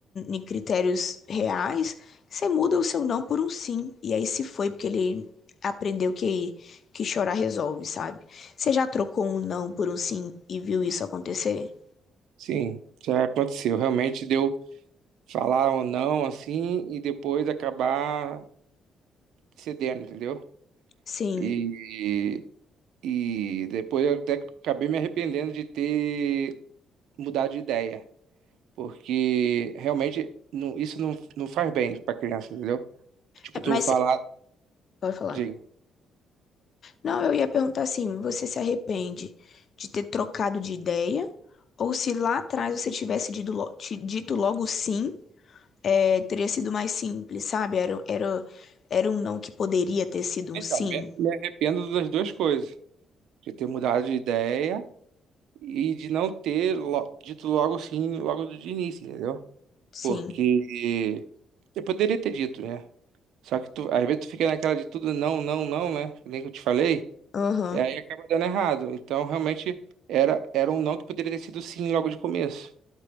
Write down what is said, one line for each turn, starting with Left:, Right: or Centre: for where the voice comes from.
Left: em critérios reais, você muda o seu não por um sim. E aí se foi porque ele aprendeu que, que chorar resolve, sabe? Você já trocou um não por um sim e viu isso acontecer?
Right: Sim, já aconteceu. Realmente deu falar ou não assim e depois acabar cedendo, entendeu?
Left: Sim.
Right: E, e depois eu até acabei me arrependendo de ter mudado de ideia. Porque realmente não, isso não, não faz bem pra criança, entendeu? Tipo,
Left: É,
Right: tu
Left: Mas
Right: falar,
Left: você- pode falar.
Right: diga.
Left: Não, eu ia perguntar assim, você se arrepende de ter trocado de ideia? Ou se lá atrás você tivesse dito, lo- ti- dito logo sim é, teria sido mais simples, sabe? Era, era, era um não que poderia ter sido
Right: Então,
Left: um sim.
Right: me, me arrependo das duas coisas. de ter mudado de ideia e de não ter lo- dito logo sim, logo de início, entendeu?
Left: Sim.
Right: Porque eu poderia ter dito, né? Só que tu, às vezes tu fica naquela de tudo não, não, não, né? Que Nem que eu te falei,
Left: Aham.
Right: e aí acaba dando errado. Então, realmente, era, era um não que poderia ter sido sim logo de começo.